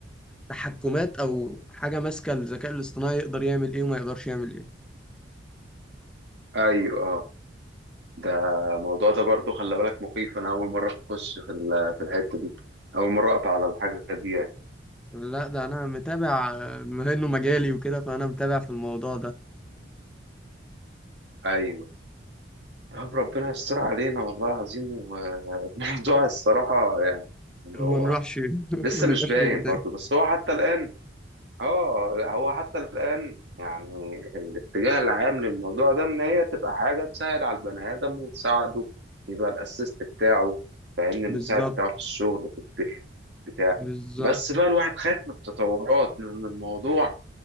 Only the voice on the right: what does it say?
ايوه اه. ده الموضوع ده برضه خلي بالك مخيف انا اول مره اخش في ال- في الحته دي اول مره اقطع على الحاجه دي يعني
ايوه طب ربنا يستر علينا والله العظيم والموضوع <laughs> الصراحه يعني هو
لسه
مش باين
برضه بس هو حتى الان اه هو حتى الان يعني الاتجاه العام للموضوع ده ان هي تبقى حاجه تسهل على البني ادم وتساعده يبقى الاسيست بتاعه فاهمني المساعد
بتاعه في الشغل في البيت بتاع
بس بقى الواحد خايف من التطورات من الموضوع